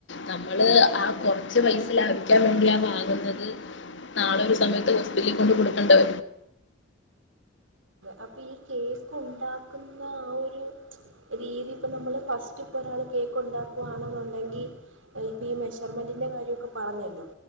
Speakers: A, on the left; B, on the right.
A: നമ്മള് ആ കൊറച്ച് പൈസ ലാഭിക്കാൻ വേണ്ടി ആ വാങ്ങുന്നത് നാളെ ഒരു സമയത്ത് ഹോസ്പിറ്റലിൽ കൊണ്ട് കൊടുക്കണ്ടേ?
B: അപ്പ ഈ കേക്ക് ഉണ്ടാക്കുന്ന ആ ഒരു രീതി ഇപ്പ നമ്മള് ഫസ്റ്റ് ഇപ്പൊ ഒരാൾ കേക്ക് ഉണ്ടാക്കവാണെന്നുണ്ടെങ്കിൽ ഈ മെഷർമെന്റിന്റെ കാര്യമൊക്കെ പറഞ്ഞല്ലോ